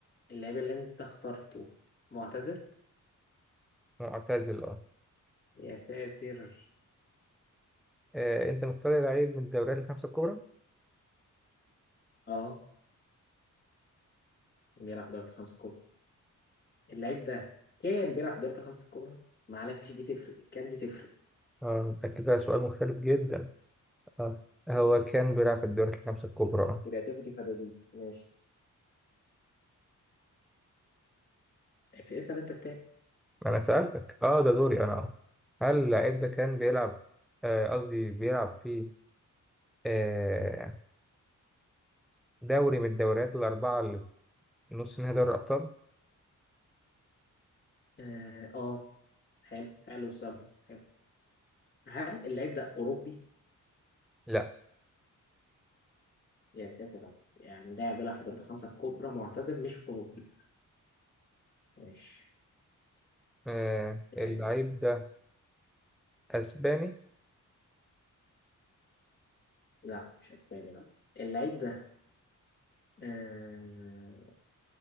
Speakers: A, on the left; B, in the centre.
A: اللعيب اللي انت اخترته معتزل
B: معتزل اه
A: يا ساتر
B: آه، أنت مختار لعيب من الدوريات الخمسة الكبرى؟
A: اه بيلعب في دوري الخمسة الكبرى اللعيب ده كان بيلعب في دوري الخمسة الكبرى معلش دي تفرق كان دي تفرق
B: اه متأكد؟ ده كده سؤال مختلف جدا اه هو كان بيلعب في الدوريات الخمسة الكبرى اه
A: كرياتيفيتي فدادين ماشي اسأل انت التاني
B: أنا سألتك اه ده دوري أنا اه هل اللعيب ده كان بيلعب آه، قصدي بيلعب في آه، دوري من الدوريات الأربعة اللي في نص نهائي دوري الأبطال؟
A: اه آه، حلو حلو السؤال ده حلو هل اللعيب ده أوروبي؟
B: لا
A: يا ساتر يا رب. يعني لاعب بيلعب في الدوريات الخمسة الكبرى معتزل مش أوروبي ماشي
B: آه اللعيب
A: يعني
B: ده اسباني
A: لا مش أسباني بقى اللعيب ده آه...